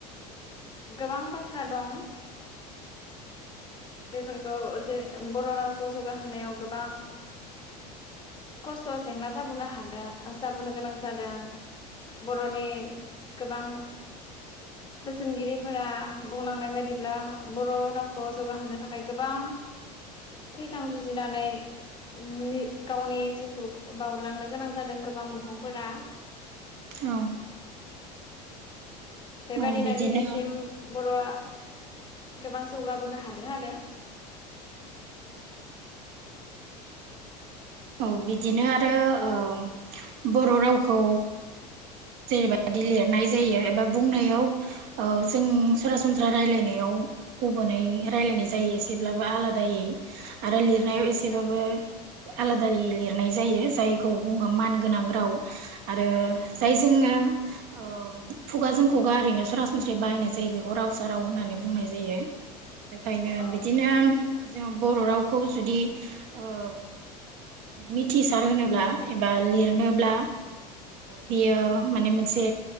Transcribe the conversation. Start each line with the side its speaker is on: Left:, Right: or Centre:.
Left: गोबां बाथ्रा दं। बेफोरखौ जे बर' रावखौ जौगाहोनायाव गोबां खस्थ' जेंना जाबोनो हादो जाबोनो गोनां जादों बर'नि गोबां बोसोनगिरिफोरा बुंलांनाय बायदिब्ला बर' रावखौ जौगाहोनो थाखाय गोबां थै-थां जुजिनानै ओमनि गावनि जिउखौ बावलांनो गोनां जादों गोबां मुंख्लंफोरा।
Right: औ
Left: बेबादिनो
Right: औ बिदिनो
Left: दिनैसिम बर'आ गोबां जौगाबोनो हादों आरो।
Right: औ बिदिनो आरो ओ बर' रावखौ जेनैबादि लिरनाय जायो एबा बुंनायाव ओ जों सरासनस्रा रायलायनायाव गुबुनै रायलायनाय जायो एसेब्लाबो आलादायै आरो लिर नायाव एसेबाबो
Left: औ
Right: आलादा लिरनाय जायो जायखौ बुङो मानगोनां राव आरो जायजोङो औ खुगाजों खुगा ओरैनो सरासनस्रायै बाहायनाय जायो बेखौ रावसा राव होननानै बुंनाय जायो। बेखायनो
Left: औ
Right: बिदिनो जों बर' रावखौ जुदि ओ मिथिसार होनोब्ला एबा लिरनोब्ला बियो माने मोनसे